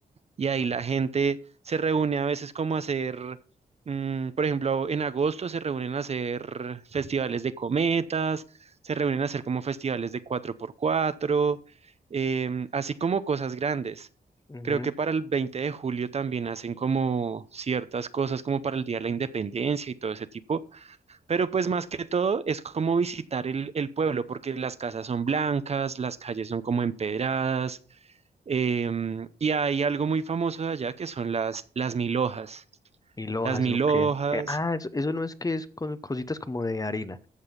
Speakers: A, on the right; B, on the left.
A: y ahí la gente se reúne a veces como a hacer, mm, por ejemplo, en agosto se reúnen a hacer festivales de cometas, se reúnen a hacer como festivales de cuatro por cuatro em, así como cosas grandes.
B: Ujú.
A: Creo que para el 20 de julio también hacen como ciertas cosas como para el Día de la Independencia y todo ese tipo, pero pues más que todo es como visitar el, el pueblo, porque las casas son blancas, las calles son como empedradas, em, y hay algo muy famoso de allá que son las, las mil hojas.
B: Y Lojas,
A: Las mil
B: ¿o qué?
A: hojas,
B: Eh, ah, eso, eso no es que es con cositas como de harina,